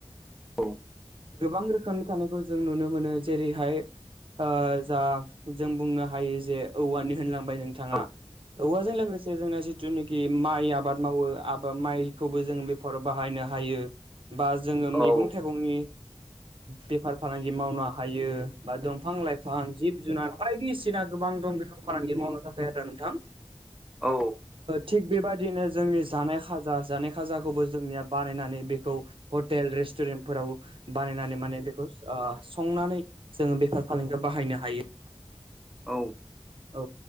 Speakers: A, in the centre; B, on the right.
A: औ
B: गोबां रोखोमनि थानायखौ जों नुनो मोनो जेरैहाय जा जों बुंनो हायो जे औवानि होनलांबाय नोंथाङा
A: औ
B: औवाजों लोगोसे जोंना जिथुनाखि माइ आबाद मावो आब माइखौबो जों बेफोराराव बाहायनो हायो। बा जोङो
A: औ
B: मैगं थाइगंनि बेफार फालांगि मावनो हायो बा दंफां लाइफां जिब जुनार बायदिसिना गोबां दं बेफोर फालांगि मावनो थाखाय आरो नोंथां
A: औ
B: थिग बेबायदिनो जोंनि जानाय खाजा जानाय खाजाखौबो जोंनिया बानायनानै बेखौ हटेल रेस्टुरेन्टफोराव बानायनानै माने बेखौ संनानै जोङो बेफार फालांगियाव बाहायनो हायो।
A: औ।
B: औ